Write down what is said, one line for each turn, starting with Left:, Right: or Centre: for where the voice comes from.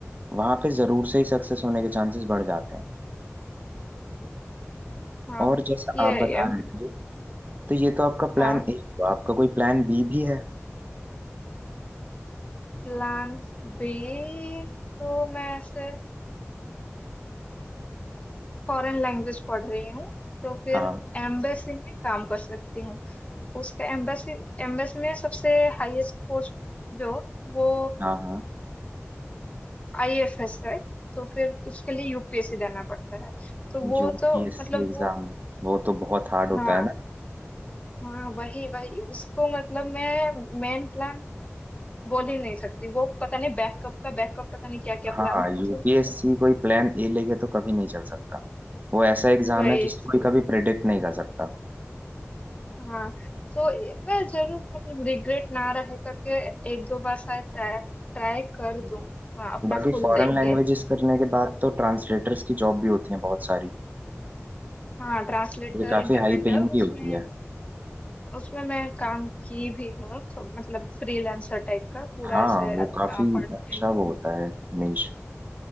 Right: वहां पे जरूर से ही सक्सेस होने के चांसेस बढ़ जाते हैं
Left: हाँ
Right: और जैसा
Left: ये
Right: आप बता
Left: अम,
Right: रहे थे तो ये तो आपका प्लान
Left: हाँ
Right: ए हुआ आपका कोई प्लान बी भी है
Left: प्लान बी तो मैं ऐसे फॉरेन लैंग्वेज पढ़ रही हूँ तो फिर
Right: हाँ
Left: एम्बेसी में काम कर सकती हूँ उसका एम्बेसी एम्बेसी में सबसे हाईएस्ट पोस्ट जो वो
Right: हाँ हाँ
Left: आईएफएस है तो फिर उसके लिए यूपीएससी देना पड़ता है तो वो
Right: यूपीएससी
Left: तो मतलब
Right: exam
Left: वो
Right: वो तो बहुत हार्ड होता
Left: हाँ
Right: है ना
Left: हाँ वही वही उसको मतलब मैं मेन प्लान बोल ही नहीं सकती वो पता नहीं बैकअप का बैकअप पता नहीं क्या क्या
Right: हाँ
Left: प्लान है
Right: यूपीएससी
Left: मतलब
Right: कोई प्लान ए लेके तो कभी नहीं चल सकता वो ऐसा एग्जाम
Left: वही
Right: है जिसको कोई कभी प्रिडिक्ट नहीं कर सकता
Left: हाँ तो मैं जरूर मतलब रिग्रेट ना रहे करके एक दो बार शायद ट्राई ट्राई कर दूं आ, अपना
Right: बाकी
Left: फुल
Right: फॉरेन
Left: देख
Right: लैंग्वेजेस
Left: के
Right: करने के बाद तो ट्रांसलेटर्स की जॉब भी होती है बहुत सारी
Left: हाँ ट्रांसलेटर
Right: ये काफी
Left: इंटरप्रेटर
Right: हाई पेइंग भी
Left: उसमें
Right: होती है
Left: उसमें मैं काम की भी हूँ तो मतलब फ्रीलांसर टाइप का पूरा
Right: हाँ
Left: ऐसे
Right: वो काफी
Left: पार्ट टाइम
Right: अच्छा वो होता है निश